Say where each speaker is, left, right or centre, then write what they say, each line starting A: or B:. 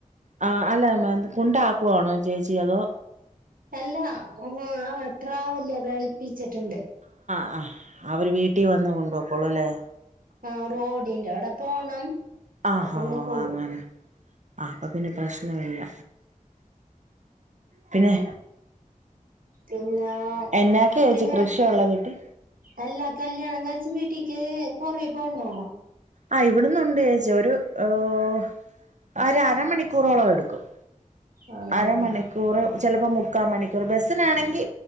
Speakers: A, on the right; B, on the right.
A: ആ, അല്ല മേ കൊണ്ടാക്കുവാണോ ചേചീ അതോ
B: അല്ലാ ഒ ഓ ട്രാവല്യർ ഏൽപ്പിച്ചിട്ടിണ്ട്
A: ആ അവർ വീട്ടിൽ വന്ന് കൊണ്ടോക്കോളൂല്ലേ
B: ആ റോഡിന്റെ അവിടെ പോണം
A: ആഹോ
B: അത് കൊണ്ടക്കോളൂ
A: അങ്ങനെ അപ്പൊ പിന്നെ പ്രശ്നല്ല പിന്നെ
B: പിന്നെ
A: എന്നാക്കെ
B: ഇക്യ
A: ചേച്ചി കൃഷിയുള്ള വീട്ടി
B: അല്ല കല്യാണം കഴ വീട്ടിക്ക് കൊറേ പോണോ
A: ആഹ് ഇവിടന്ന് ഉണ്ട് ചേച്ചി ഒരു ഓഹ് അര അരമണിക്കൂറോളം എടുക്കും
B: ആണല്ലേ
A: അരമണിക്കൂറ് ചിലപ്പോ മുക്കാ മണിക്കൂർ ബസിനാണെങ്കി